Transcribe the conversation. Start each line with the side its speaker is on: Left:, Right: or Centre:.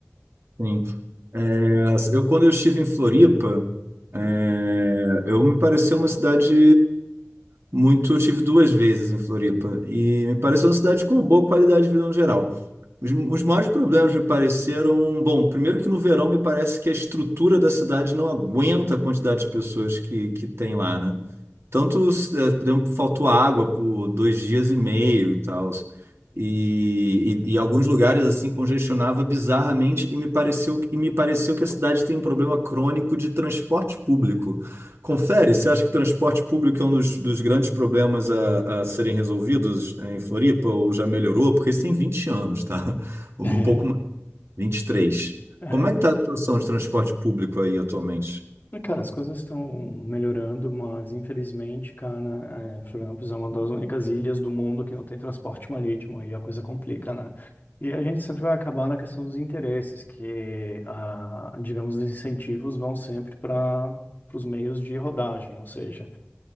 Right: sim. É, eu, quando eu estive em Floripa, é, eu me pareceu uma cidade muito, eu tive duas vezes em Floripa e me pareceu uma cidade com uma boa qualidade de vida no geral. Os, os maiores problemas me pareceram, bom, primeiro que no verão me parece que a estrutura da cidade não aguenta a quantidade de pessoas que, que tem lá, né? Tanto, eh, por exemplo, faltou água por dois dias e meio e tal. E, e, e alguns lugares assim congestionava bizarramente e me pareceu, e me pareceu que a cidade tem um problema crônico de transporte público. Confere, você acha que transporte público é um dos, dos grandes problemas a, a serem resolvidos em Floripa ou já melhorou? Porque isso tem 20 anos, tá? Um
Left: <laughs>
Right: pouco mais, 23.
Left: É,
Right: Como é que está a situação de transporte público aí atualmente?
Left: É, Cara, as coisas estão melhorando, mas infelizmente, cara, é, Florianópolis é uma das únicas ilhas do mundo que não tem transporte marítimo, aí a coisa complica, né? E a gente sempre vai acabar na questão dos interesses, que, ah, digamos, os incentivos vão sempre para os meios de rodagem, ou seja,